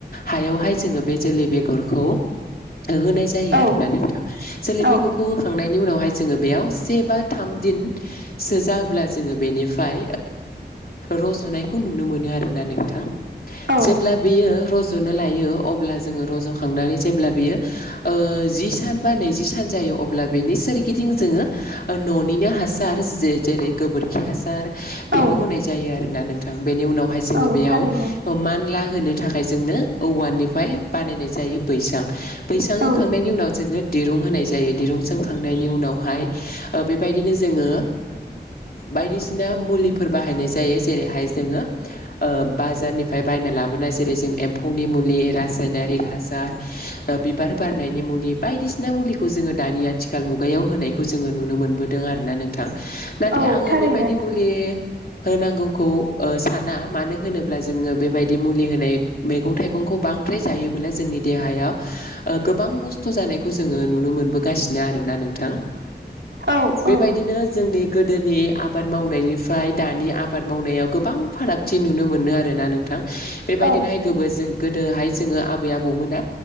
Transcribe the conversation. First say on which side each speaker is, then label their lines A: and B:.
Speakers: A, on the left (about 55°); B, on the right (about 80°).
A: हायावहाय जोङो बे जोलै बेगरखौ होनाय जायो
B: औ
A: आरोना नोंथां जोलै
B: औ
A: बेगरखौ होखांनायनि नि उनावहाय जोङो बेयाव से बा थाम दिन सो जाबोब्ला जोङो बेनिफ्राय रज'नायखौ नुनो मोनो आरोना नोंथां
B: औ
A: जेब्ला बेयो रज'यो रज'नो लायो अब्ला जोङो रज' खांनानै जेब्ला बियो जि सान बा नैजि सान जायो अब्ला बेनि सोरगिदिं जोङो न'निनो हासार जेरै गोबोरखि हासार बेखौ
B: औ
A: होनाय जायो आरोना नोंथां बेनि उनावहाय जोङो
B: औ
A: बेयाव
B: थारैनो
A: ला होनो थाखाय जोंनो औवाननिफ्राय बानायनाय जायो बैसां बैसां होखांनायनि
B: औ
A: उनाव जोंङो दिरुं होनाय जायो दिरुं सोंखांनायनि उनावहाय बेबायदिनो जोङो बायदिसिना मुलिफोर बाहायनाय जायो जेरैहाय जोङो बाजारनिफ्राय बायना लाबोनाय जरै एम्फौनि मुलि रासायनारि हासार बिबार बारनायनि मुलि बायदिसिना बायदिसिना मुलिखौ जोङो दानि आथिखाल मुगायाव होनायखौ जोङो नुनो मोनबोदों आर ना नोंथां नाथाय
B: औ
A: आङो
B: थारैनो
A: बेबायदि मुलि होनांगौ खौ साना मानो होनोब्ला जोङो बेबायदि मुलि होनाय मैगं थाइगंखौ बांद्राय जायोब्ला जोंनि देहायाव गोबां नस्थ' जानायखौ जोङो नुनो मोनबोगासिनो आरोना नोंथां
B: औ
A: बेबायदिनो
B: औ
A: जोंनि गोदोनि आबाद मावनायनिफ्राय दानि आबाद मावनायाव गोबां फारागथि नुनो मोनो आरोना नोंथां बेबायदिनोहाय
B: औ
A: गोबो जों गोदोहाय जोङो आबै आबौमोना